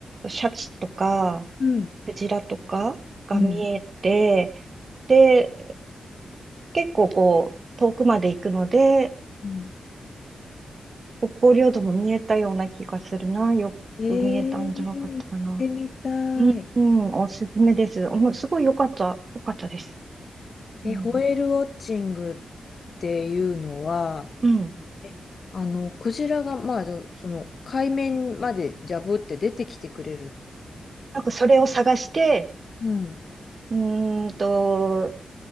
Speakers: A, on the right; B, on the left.
A: シャチとか、
B: うん。
A: クジラとかが見えて、
B: うん。
A: で、結構こう、遠くまで行くので、
B: うん。
A: 北方領土も見えたような気がするな。よく見えたんじゃなかったかな。
B: えー、行ってみたい。
A: うん、うんおすすめです。もうすごい良かった、良かったです。
B: え、
A: うん。
B: ホエールウォッチングっていうのは、
A: うん。
B: えあの、クジラが、まあ、そその、海面までジャブって出てきてくれる。
A: なんかそれを探して、
B: うん、
A: うーんと、